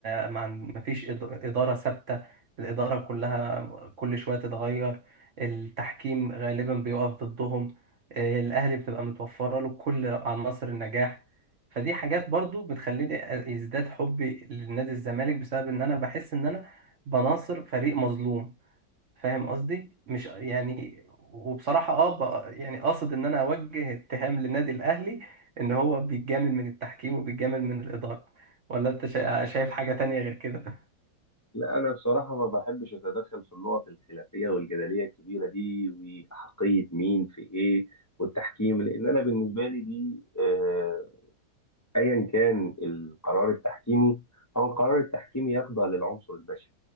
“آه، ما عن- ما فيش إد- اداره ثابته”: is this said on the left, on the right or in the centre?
Right